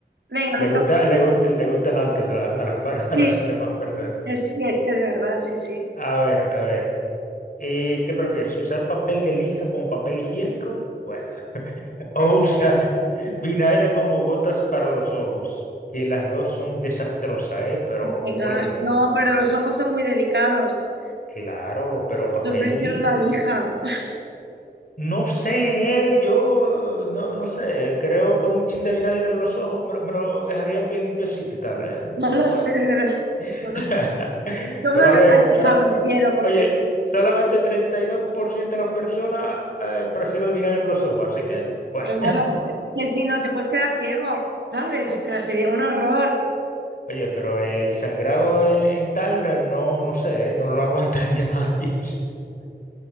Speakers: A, on the right; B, on the left.
A: Venga,
B: le
A: me
B: gusta,
A: toca.
B: le, gu- le gustan altos a, a las, par- <laughs> a
A: Sí,
B: las demás personas.
A: es, sí, es de verdad, sí, sí.
B: A ver, a ver. Eh, ¿qué prefieres? ¿Usar papel de lija como papel higiénico? Bueno, <laughs> o usar <laughs> vinagre como gotas para los ojos, que las dos son desastrosas, ¿eh? Pero
A: Venga.
B: óyeme,
A: No, pero los ojos son muy delicados.
B: claro, pero papel
A: Yo prefiero
B: de lija.
A: una lija. <laughs>
B: No sé, eh, yo no, no sé, creo que un chin de vinagre en los ojos me, lo me lo dejarían bien limpiecito y tal, ¿eh?
A: No lo
B: Puede.
A: sé, pero...
B: <laughs>
A: No lo sé. Yo
B: Pero
A: creo
B: a
A: que
B: ver,
A: la hija
B: pero
A: prefiero, porque
B: oye, solamente 32% de las personas eh, prefieren el vinagre en los ojos, así que bueno.
A: claro, es que si no te puedes quedar ciego, ¿sabes?
B: <laughs>
A: O sea, sería un horror.
B: Oye, pero el sangrado en, en tal, eh, no, no sé, eh, no lo aguantaría <laughs> nadie.